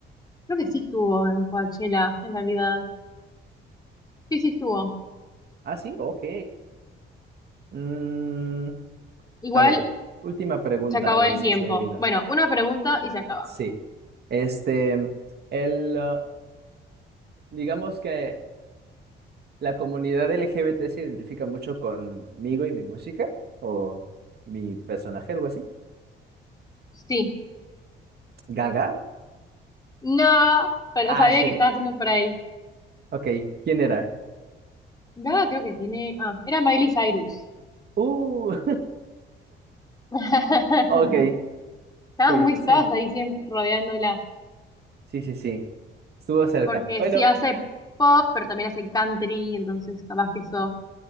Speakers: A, on the left; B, on the right.
A: Creo que sí estuvo en Coachella, en realidad. Sí, sí estuvo.
B: Ah, sí, ok. Mm,
A: Igual
B: a ver, última pregunta,
A: se acabó
B: a ver
A: el
B: si
A: tiempo.
B: sí adivino.
A: Bueno, una pregunta y se acaba.
B: Sí. Este, el, uh, digamos que la comunidad LGBT se identifica mucho conmigo y mi música, o mi personaje, algo así.
A: Sí.
B: ¿Gaga?
A: No, pero
B: Ah,
A: sabía
B: shit.
A: que estaba haciendo por ahí.
B: Ok, ¿quién era?
A: Gaga creo que tiene. Ah, era Miley Cyrus.
B: Uh,
A: <laughs>
B: <laughs> ok,
A: Estabas
B: ok,
A: muy, estabas
B: sí,
A: ahí siempre rodeándola.
B: sí, sí, sí. Estuvo cerca.
A: Porque
B: Bueno,
A: sí hace pop, pero también hace country, entonces capaz que eso